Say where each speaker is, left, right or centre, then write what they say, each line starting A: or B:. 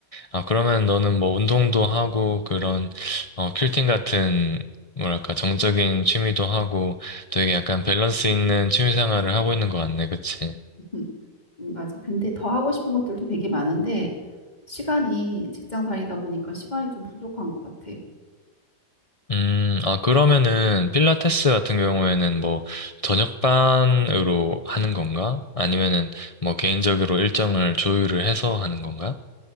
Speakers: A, on the left; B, on the left.
A: 아, 그러면 너는 뭐 운동도 하고 그런 어, 퀼팅 같은 뭐랄까 정적인 취미도 하고 되게 약간 밸런스 있는 취미 생활을 하고 있는 것 같네. 그치?
B: <laughs> 음, 맞아. 근데 더 하고 싶은 것들도 되게 많은데, 시간이 직장 다니다 보니까 시간이 좀 부족한 것 같아.
A: 음, 아, 그러면은, 필라테스 같은 경우에는 뭐, 저녁반으로 하는 건가? 아니면은, 뭐, 개인적으로 일정을 조율을 해서 하는 건가?